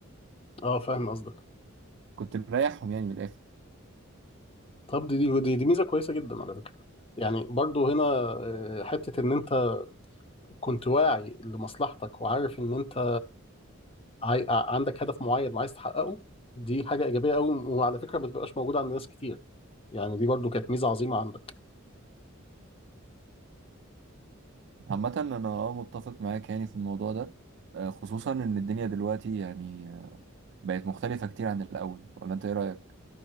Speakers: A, on the left; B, on the right.
A: اه فاهم قصدك
B: كنت مريحهم يعني من الاخر
A: طب دي دي دي, دي ميزه كويسه جدا على فكره يعني برضو هنا آه، حته ان انت كنت واعي لمصلحتك وعارف ان انت عاي... ع- عندك هدف معين وعايز تحققه دي حاجه ايجابيه قوي وعلى فكره ما بتبقاش موجوده عند ناس كتير يعني دي برضو كانت ميزه عظيمه عندك
B: عامه انا اه متفق معاك يعني في الموضوع ده آه، خصوصا ان الدنيا دلوقتي يعني آه، بقت مختلفه كتير عن الاول ولا انت ايه رايك